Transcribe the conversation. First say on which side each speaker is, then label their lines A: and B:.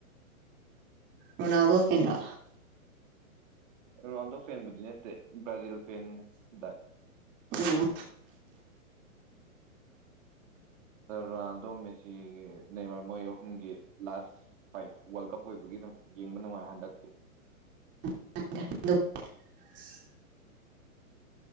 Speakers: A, on the right (about 25°); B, on the right (about 60°).
A: ꯔꯣꯅꯥꯜꯗꯣ ꯐꯦꯟꯂꯣ
B: ꯔꯣꯅꯥꯜꯗꯣ ꯐꯦꯟꯕꯨꯗꯤ ꯅꯦꯠꯇꯦ ꯕ꯭ꯔꯥꯖꯤꯜ ꯐꯦꯟꯅꯤ ꯗ
A: ꯎꯝ
B: ꯔꯣꯅꯥꯜꯗꯣ ꯃꯦꯁꯤꯒꯤ ꯅꯦꯃꯔ ꯃꯣꯏ ꯑꯍꯨꯝꯒꯤ ꯂꯥꯁ ꯐꯥꯏꯠ ꯋꯥꯔꯜ ꯀꯞ ꯑꯣꯏꯕꯒꯤ ꯑꯗꯨꯝ ꯌꯦꯡꯕ ꯅꯨꯡꯉꯥꯏ ꯍꯟꯗꯛꯇꯤ
A: <inaudible>